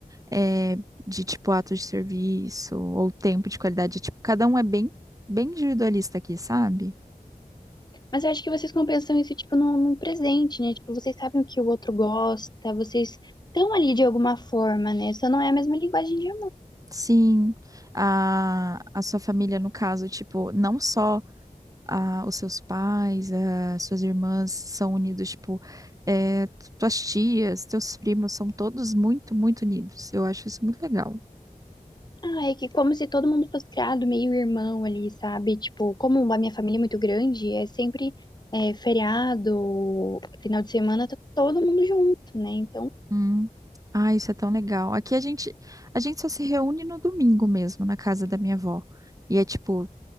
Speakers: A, on the right; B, on the left.
A: é, de tipo ato de serviço ou tempo de qualidade. Tipo, cada um é bem, bem individualista aqui, sabe?
B: Mas eu acho que vocês compensam isso, tipo, num, num presente, né? Tipo, vocês sabem o que o outro gosta, vocês estão ali de alguma forma, né? Só não é a mesma linguagem de
A: Sim, a, a sua família, no caso, tipo, não só a, os seus pais, as suas irmãs são unidos, tipo, é, tuas tias, teus primos são todos muito, muito unidos. Eu acho isso muito legal.
B: Ah, é que como se todo mundo fosse criado meio irmão ali, sabe? Tipo, como a minha família é muito grande, é sempre é, feriado, final de semana, tá todo mundo junto, né? Então,
A: Hum. Ah, isso é tão legal. Aqui a gente, a gente só se reúne no domingo mesmo, na casa da minha avó. E é tipo,